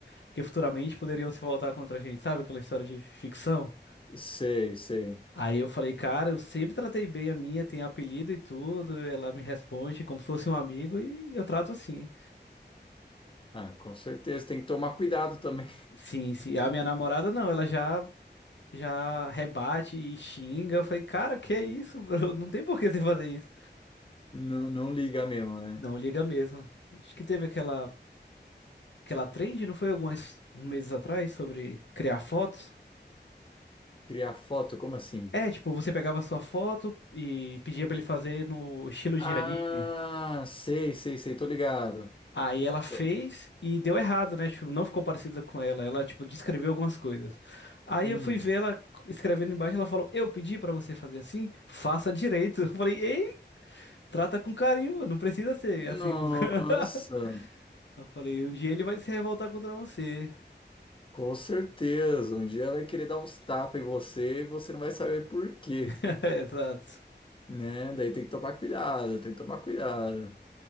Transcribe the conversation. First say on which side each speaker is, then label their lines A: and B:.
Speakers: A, on the left; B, on the left.
A: porque futuramente poderiam se voltar contra a gente, sabe? Aquela história de ficção.
B: Sei, sei.
A: Aí eu falei, cara, eu sempre tratei bem a minha, tem apelido e tudo, ela me responde como se fosse um amigo e eu trato assim.
B: Ah, com certeza. Tem que tomar cuidado também.
A: Sim, sim. A minha namorada não, ela já já rebate e xinga. Eu falei, cara, que é isso, bro? <laughs> Não tem por que você fazer isso.
B: <laughs> Não, não liga mesmo, né?
A: Não, liga mesmo. Acho que teve aquela aquela trend, não foi alguns meses atrás sobre criar fotos?
B: Criar foto, como assim?
A: É, tipo, você pegava a sua foto e pedia pra ele fazer no estilo
B: Ah,
A: de anime.
B: sei, sei, sei. Tô ligado.
A: Aí ela fez
B: Tô-
A: e deu errado, né? Tipo, não ficou parecida com ela. Ela, tipo, descreveu algumas coisas. Aí
B: Hum.
A: eu fui ver ela escrevendo embaixo, ela falou: "Eu pedi pra você fazer assim, faça direito". <laughs> Eu falei: Trata com carinho, não precisa ser
B: Nossa,
A: assim com. <laughs> Eu falei, um dia ele vai se revoltar contra você.
B: com certeza. Um dia vai querer dar uns tapas em você e você não vai saber por quê,
A: <laughs> Exato.
B: né? Daí tem que tomar cuidado, tem que tomar cuidado.